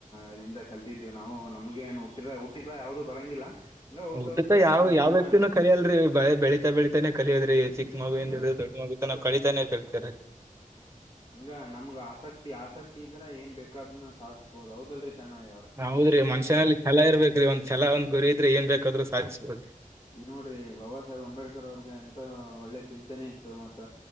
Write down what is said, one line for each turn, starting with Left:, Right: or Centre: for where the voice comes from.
Left: ಇಲ್ಲಿಂದ ಕಲ್ತಿದ್ದೀವಿ ನಾವು ನಮ್ಗೆ ಏನು ಹುಟ್ಟಿದ ಹುಟ್ಟಿದಗ ಯಾವ್ದೂ ಬರಂಗಿಲ್ಲ. ಹಂಗ ಹೋಗ್ತಾ
Right: ಹುಟ್ಟುತಾ
Left: ಹೋಗ್ತಾ
Right: ಯಾವ ಯಾವ
Left: ಸಮಯ
Right: ವ್ಯಕ್ತಿನೂ ಕಲಿಯಲ್ರಿ ಬೆಳ ಬೆಳಿ- ಬೆಳಿತಾನೆ ಕಲಿಯೋದರಿ ಚಿಕ್ಕ ಮಗುವಿನಿಂದ
Left: ಹ
Right: ದೊಡ್ಡ ಮಗು ತನ ಕಲಿತಾನೆ -ಕಲಿತಾನೆ ಇರಬೇಕ್ರಿ
Left: ಹಂಗ ನಮ್ಗ್ ಆಸಕ್ತಿ ಆಸಕ್ತಿ ಇದ್ರ ಏನ್ ಬೇಕಾದ್ನ್ನ ಸಾಧಸ್ಬೋದು ಹೌದಲ್ರರಿ ಶಣಯವರೆ. ಯಾವ
Right: ಹೌದ್ರಿ ಮನ್ಷನಲ್ಲಿ ಛಲ ಇರ್ಬೇಕರೀ ಒಂದ ಛಲ, ಒಂದ್ ಗುರಿ ಇದ್ರೆ ಏನ್ ಬೇಕಾದ್ರು ಸಾಧ್ಬೋದ್ರಿ.
Left: ಈ ನೋಡ್ರಿ ಬಾಬಾ ಸಾಹೇಬ್ ಅಂಬೇಡ್ಕರ್ ಅವ್ರಿಗೆ ಎಂತ ಒಳ್ಳೆ ಚಿಂತನೆ ಇತ್ತು. ಮತ್ತ